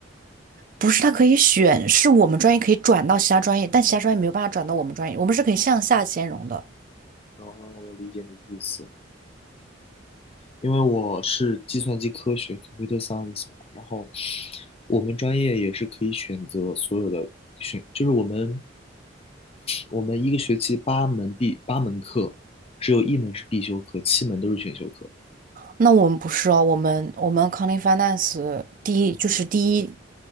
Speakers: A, on the right; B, on the left.
A: 不是他可以选，是我们专业可以转到其他专业，但其他专业没有办法转到我们专业，我们是可以向下兼容的。
B: 哦，我理解你的意思，因为我是计算机科学 （computer science） 嘛，然后我们专业也是可以选择所有的选，就是我们我们一个学期八门必八门课，只有一门是必修课，七门都是选修课。
A: 那我们不是哦，我们我们 a c o u n t i n g Finance 第一就是第一